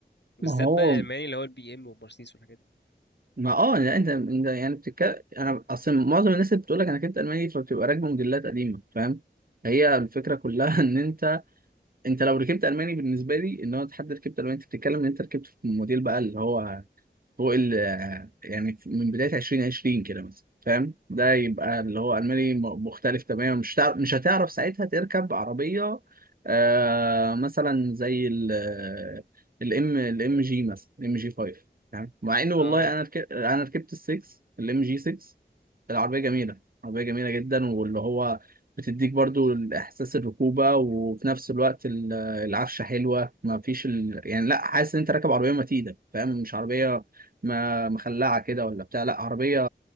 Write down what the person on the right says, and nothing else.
ما هو
ما اه لا انت انت يعني بتتكلم انا اصل معظم الناس اللي بتقول لك انا ركبت الماني فبتبقى راكبه موديلات قديمه فاهم هي الفكره كلها <laughs> ان انت انت لو ركبت الماني بالنسبه لي ان هو حد ركبت الماني انت بتتكلم ان انت ركبت في موديل بقى اللي هو فوق ال يعني من بداية 2020 كده مثلا فاهم ده يبقى اللي هو ألماني م- مختلف تماما مش هتعرف مش هتعرف ساعتها تركب عربية آه مثلا زي ال الام الام جي مثلا الام جي 5 فاهم مع ان والله
انا ركبت انا ركبت ال 6 الام جي 6 العربية جميلة عربية جميلة جدا واللي هو بتديك برضو احساس الركوبة وفي نفس الوقت ال- العفشة حلوة ما فيش ال... يعني لا حاسس ان انت راكب عربية متينة فاهم مش عربية ما مخلعه كده ولا بتاع لا عربيه